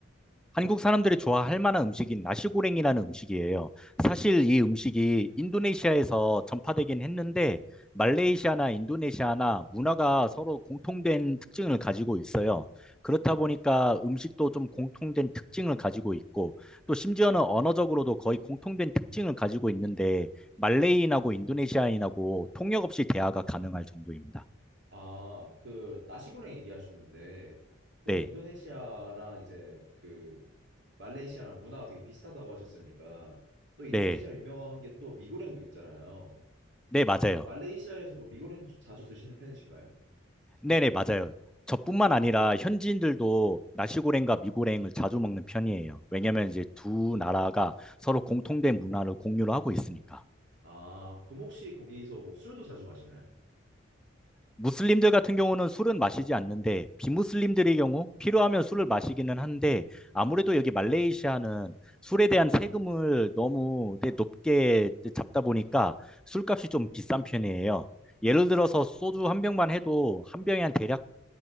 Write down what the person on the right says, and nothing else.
아, 그 나시고랭 얘기하셨는데 또
인도네시아랑 이제 그 말레이시아랑 문화가 되게 비슷하다고 하셨으니까 또 인도네시아
유명한 게 또 미고랭도 있잖아요.
그럼 말레이시아에서 그 미고랭도 좀 자주 드시는 편이신가요?
아, 그럼 혹시 거기서 뭐 술도 자주 마시나요?